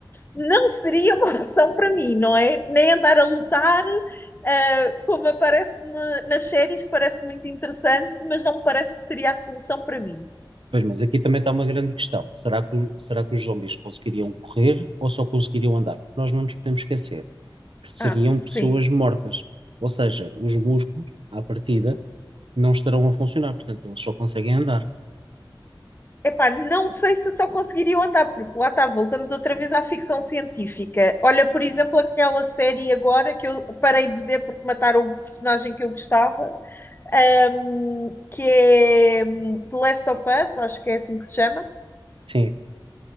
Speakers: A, on the left (about 25°); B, on the right (about 85°).
A: não seria uma <laughs> opção para mim, não é? Nem andar a lutar, uh, como aparece na, nas séries, que parece muito interessante, mas não me parece que seria a solução para mim.
B: Pois, mas aqui também está uma grande questão. Será que, o- será que os zombies conseguiriam correr ou só conseguiriam andar? Nós não nos podemos esquecer que seriam
A: Ah,
B: pessoas
A: sim.
B: mortas, ou seja, os músculos, à partida, não estarão a funcionar, portanto, eles só conseguem andar.
A: Epá, não sei se só conseguiria andar, porque lá está, voltamos outra vez à ficção científica. Olha, por exemplo, aquela série agora que eu parei de ver porque mataram o personagem que eu gostava, um, que é um, The Last of Us, acho que é assim que se chama,
B: Sim,